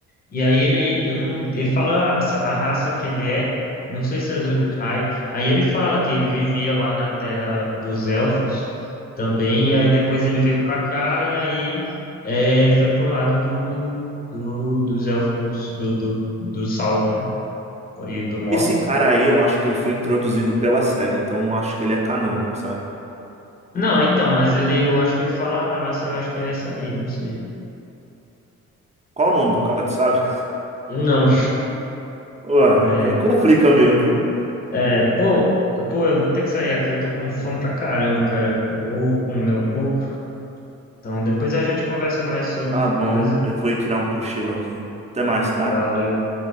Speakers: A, on the left (about 30°); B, on the right (about 20°).
A: E aí ele, eu não, ele fala a, raça a raça que ele é, não sei se é Uruk-hai. Aí ele fala que ele vivia lá na terra dos elfos também, e aí depois ele veio pra cá, e aí é, foi pro lado do, do, dos elfos, do, do, do Sauron, né? E do Morgoth.
B: Esse cara aí, eu acho que ele foi introduzido pela série, então não acho que ele é canônico, sabe?
A: Não, então, mas ele, eu acho que ele fala a raça, eu acho que é essa aí, não sei.
B: Qual o nome do cara, tu sabe?
A: Não, <laughs>
B: Ué,
A: é,
B: aí complica mesmo, viu?
A: é, pô, pô, eu vou ter que sair aqui, eu tô com fome pra caramba, cara. Eu vou comer um pouco. Então, depois a gente conversa mais sobre,
B: Tá bom,
A: beleza?
B: eu vou ir tirar um cochilo aqui. Até mais, cara.
A: Valeu.